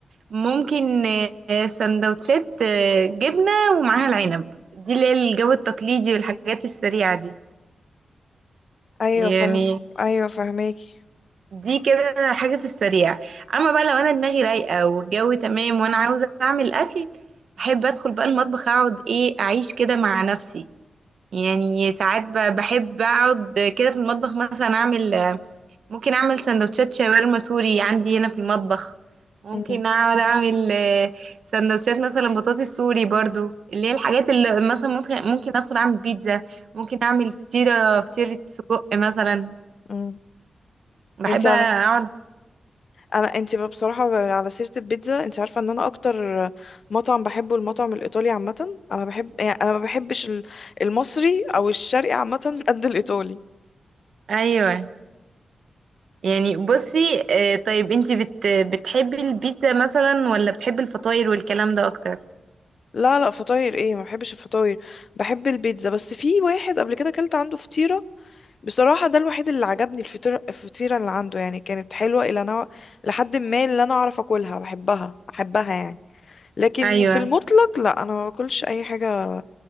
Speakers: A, on the right; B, on the left.
A: ممكن آه، سندوتشات آه، جبنة ومعاها العنب دي اللي هي الجو التقليدي والحاجات السريعة دي
B: ايوه
A: يعني
B: فاهم ايوه فاهماكي
A: دي كده حاجة في السريع أما بقى لو أنا دماغي رايقة والجو تمام وأنا عاوزة أعمل أكل أحب أدخل بقى المطبخ أقعد إيه أعيش كده مع نفسي يعني ساعات ب- بحب أقعد كده في المطبخ مثلا أعمل آه، ممكن اعمل سندوتشات شاورما سوري عندي هنا في المطبخ ممكن
B: امم
A: اقعد اعمل آه، سندوتشات مثلا بطاطس سوري برضو اللي هي الحاجات اللي مثلا ممكن ممكن ادخل اعمل بيتزا ممكن اعمل فطيره فطيره سجق مثلا
B: امم
A: بحب
B: انت على
A: اقعد
B: انا انت بقى بصراحه على سيره البيتزا انت عارفه ان انا اكتر مطعم بحبه المطعم الايطالي عامه انا بحب يعني انا ما بحبش ال- المصري او الشرقي عامه قد الايطالي
A: ايوه يعني بصي آه، طيب انتي بت... بتحبي البيتزا مثلا ولا بتحبي الفطاير والكلام ده اكتر
B: لا لا فطاير ايه ما بحبش الفطاير بحب البيتزا بس في واحد قبل كده اكلت عنده فطيرة بصراحة ده الوحيد اللي عجبني الفطيرة الفطيرة اللي عنده يعني كانت حلوة الى نوع لحد ما اللي انا اعرف اكلها بحبها احبها يعني لكن
A: ايوه
B: في المطلق لا انا ما باكلش اي حاجة